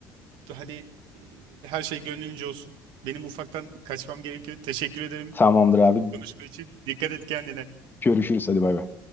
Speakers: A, on the right; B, on the left.
A: hani e, her şey gönlünce olsun benim ufaktan kaçmam gerekiyor teşekkür ederim
B: Tamamdır abi.
A: konuşma için dikkat et kendine.
B: Görüşürüz hadi bay bay.